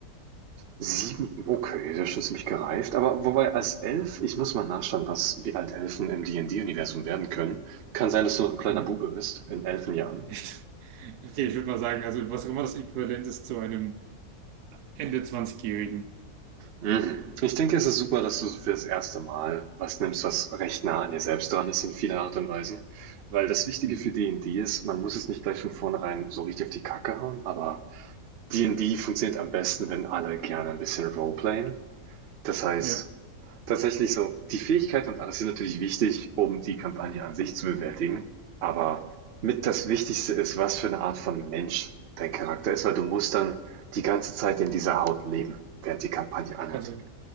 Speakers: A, on the right; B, on the right.
A: Sieben, okay, das ist schon ziemlich gereift. Aber wobei als Elf, ich muss mal nachschauen, was, wie alt Elfen im D&D-Universum werden können. Kann sein, dass du noch ein kleiner
B: Mhm.
A: Bube bist, in Elfenjahren.
B: <laughs> Okay, ich würde mal sagen, also was auch immer das Äquivalent ist zu einem Ende 20-Jährigen.
A: Mhm. Ich denke, es ist super, dass du so für das erste Mal was nimmst, was recht nah an dir selbst dran ist in vieler Art und Weise. Weil das Wichtige
B: Mhm.
A: für D&D ist, man muss es nicht gleich von vornherein so richtig auf die Kacke hauen, aber D&D funktioniert am besten, wenn alle gerne ein bisschen Roleplayen. Das heißt,
B: Ja.
A: tatsächlich so, die Fähigkeiten und alles sind natürlich wichtig, um die Kampagne an sich zu bewältigen. Aber mit das Wichtigste ist, was für eine Art von Mensch dein Charakter ist, weil du musst dann die ganze Zeit in dieser Haut leben, während die Kampagne anhält.
B: Also,